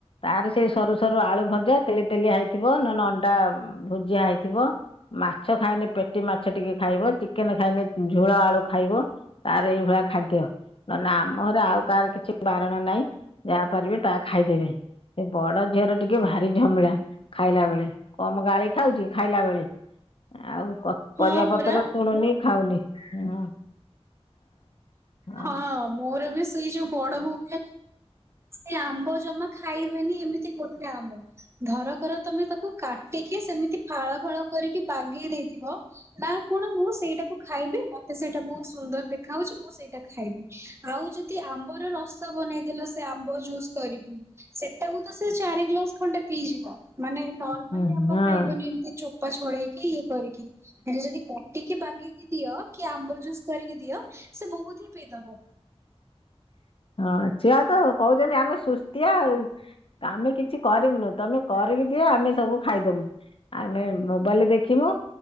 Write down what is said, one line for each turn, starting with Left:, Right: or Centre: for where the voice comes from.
Left: ତାର ସେ ସରୁ ସରୁ ଆଳୁ ଭ ଜା ତେଲି ତେଲି ହେଇଥିବ ନହନେ ଅଣ୍ଡା ଭୁଜିଆ ହେଇଥିବ ମାଛ ଖାଇନେ ପେଟି ମାଛ ଟିକେ ଖାଇବ ଚିକେନ ଖାଇନେ ଝୋଳ ଆଳୁ ଖାଇବ ତାର ଏଇଭଳିଆ ଖାଦ୍ୟ ନହେନେ ଆମରେ ଆଉ କାହାର କିଛି ବାରଣ ନାଇଁ ଯାହା ପାରିବେ ତା ଖାଇଦେବେ ବଡ ଝିଅର ଟିକେ ଭାରି ଝମିଳା ଖାଇଲା ବେଳେ କମ ଗାଳି ଖାଉଛି ଖାଇଲା ବେଳେ ଆଉ। ପରିବା
Right: ହଁ
Left: ପତ୍ର
Right: ପରା
Left: ଶୁଣୁନି ଖାଉନି। <unintelligible> ହଁ
Right: ହଁ ମୋର ବି ସେଇ ଯୋଉ ବଡ ବୋଉ ସେ ଆମ୍ବ ଜମା ଖାଇବେନି ଏମତି ଗୋଟେ ଆମ୍ବ ଧର କର ତମେ ତାକୁ କାଟିକି ସେମିତି ଫାଳ ଫାଳ କରିକି ବାଗେଇ ଦେଇଥିବ। ନା କଣ ମୁଁ ସେଇଟାକୁ। ଖାଇବେ ମତେ ସେଇଟା ବହୁତ ସୁନ୍ଦର ଦେ ଖାଉଛି ମୁଁ ସେଇଟା ଖାଇବି ଆଉ ଯଦି ଆମ୍ବର ରସ ବନେଇଦେଲ ଆମ୍ବ ଜୁସ୍ କରିକି। <inaudible> ଏ ତ ସେ ଚାରି ଗ୍ଲାସ ଖଣ୍ଡେ ପିଇଯିବ। ମାନେ ନର୍ମାଲି
Left: ହଁ
Right: ଆମ୍ବ ଖାଇବନି ଏମିତି ଚୋପା ଛଡେଇକି ଇଏ କରିକି ।ହେଲେ ଯଦି କାଟ କି ବାଗେଇିକି ଦିଅ କି ଆମ୍ବ ଜୁସ୍ କରିକି ଦିଅ ସେ ବହୁତ ହିଁ ପିଇଦବ।
Left: ହଁଛୁଆ ତ କହୁଛନ୍ତି ଆମେ ସୁସ୍ଆ ଆଉ ଆମେ କିଛି କରମୁନୁ ତମେ କରିକି ଦିଅ ଆମେ ସବୁ ଖାଇଦବୁ ଆମେ ମୋବାଇଲରେ ଦେଖିବୁ